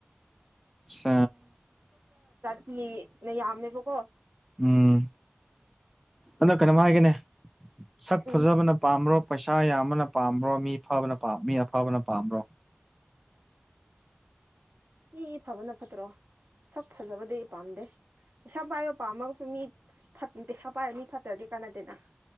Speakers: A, in the centre; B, on the right.
A: ꯑ <unintelligible> <inaudible>
B: ꯆꯤ ꯅ ꯌꯥꯝꯝꯃꯦꯕ ꯀꯣ
A: ꯎꯝ ꯑꯗꯣ ꯀꯩꯅꯣꯝ ꯍꯥꯏꯒꯦꯅꯦ ꯁꯛ
B: ꯎꯝ
A: ꯐꯖꯕꯅ ꯄꯥꯝ꯭ꯕꯔꯣ ꯄꯩꯁꯥ ꯌꯥꯝꯕꯅ ꯄꯥꯝꯕ꯭ꯔꯣ ꯃꯤ ꯐꯕꯅ ꯄꯥ ꯃꯤ ꯑꯐꯕꯅ ꯄꯥꯝꯕ꯭ꯔꯣ
B: ꯃꯤ ꯐꯕꯅ ꯐꯠꯇ꯭ꯔꯣ ꯁꯛ ꯐꯖꯕꯗꯤ ꯄꯥꯝꯗꯦ ꯄꯩꯁꯥ ꯄꯥꯏꯕ ꯄꯥꯝꯃꯒꯁꯨ ꯃꯤ ꯄꯩꯁꯥ ꯄꯥꯏꯔ ꯃꯤ ꯐꯠꯇ꯭ꯔꯗꯤ ꯀꯥꯟꯅꯗꯦꯅ